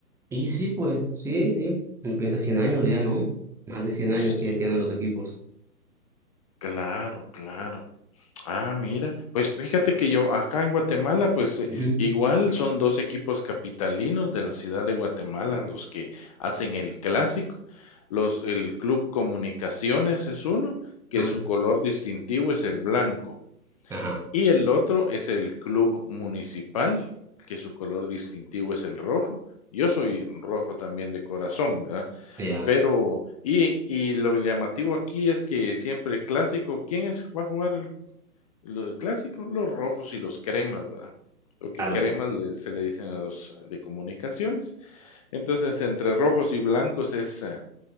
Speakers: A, in the centre; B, on the left.
A: Y sí, pues, sí, sí. Uno piensa 100 años ya, ¿no? Más de cien años
B: Sí,
A: que ya tienen los equipos.
B: claro, claro. Ah, mira, pues fíjate que yo acá en Guatemala, pues eh,
A: Ujú.
B: igual son dos equipos capitalinos de la ciudad de Guatemala los que hacen el clásico. Los, el Club Comunicaciones es uno, que
A: Ah,
B: su
A: s-
B: color distintivo es el blanco,
A: ajá,
B: y el otro es el Club Municipal, que su color distintivo es el rojo. Yo soy rojo también de corazón, ¿verdad?
A: ya,
B: Pero, y, y lo llamativo aquí es que siempre el clásico, ¿quién es, va a jugar el lo clásico, los rojos y los cremas, ¿verdad? Porque
A: claro.
B: cremas le se le dicen a los eh, de comunicaciones. Entonces, entre rojos y blancos es, ah,